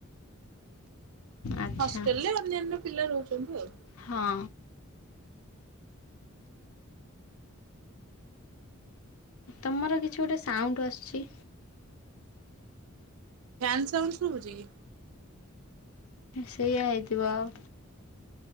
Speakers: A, on the left; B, on the right.
A: ଆଚ୍ଛା
B: ହଷ୍ଟେଲରେ ଅନ୍ୟାନ୍ୟ ପିଲା ରହୁଛନ୍ତି ଆଉ।
A: ହଁ ତମର କିଛି ଗୋଟେ ସାଉଣ୍ଡ ଆସୁଛି।
B: ଫ୍ୟାନ୍ ସାଉଣ୍ଡ ଶୁଭୁଛି କି?
A: ସେଇଆ ହେଇଥିବ ଅ।